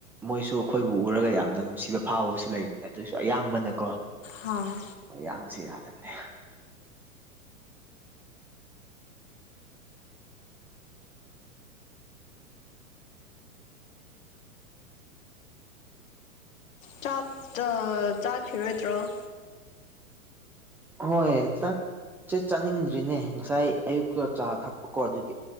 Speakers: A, in the centre; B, on the left.
A: ꯃꯣꯏꯁꯨ ꯑꯩꯈꯣꯏꯕꯨ ꯎꯔꯒ ꯌꯥꯝꯅ ꯅꯨꯡꯁꯤꯕ ꯐꯥꯎꯕꯁꯨ ꯂꯩꯕꯅꯦ ꯑꯗꯨꯏꯁꯨ ꯑꯌꯥꯝꯕꯅꯀꯣ
B: ꯍꯣꯏ
A: ꯃꯌꯥꯡꯁꯦ ꯌꯥꯗꯕꯅꯦ
B: ꯆꯥꯛ ꯆꯥꯈꯤꯔꯣꯏꯗ꯭ꯔꯣ
A: ꯍꯣꯏ ꯆꯥꯛꯁꯦ ꯆꯥꯅꯤꯡꯗ꯭ꯔꯤꯅꯦ ꯉꯁꯥꯏ ꯑꯌꯨꯛꯇ ꯆꯥ ꯊꯛꯄꯀꯣ ꯑꯗꯨꯒꯤ